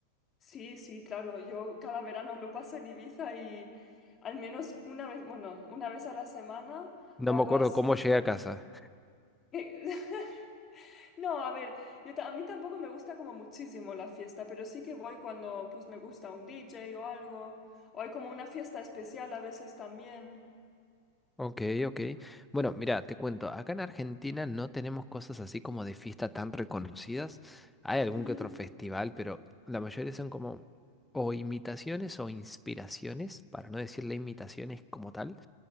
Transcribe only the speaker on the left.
sí, sí, claro, yo cada verano lo paso en Ibiza y al menos una vez, bueno, una vez a la semana
o
algo
así
<laughs> No, a ver, yo ta- a mí tampoco me gusta como muchísimo la fiesta, pero sí que voy cuando pues me gusta un DJ o algo, o hay como una fiesta especial a veces también.
Ujú,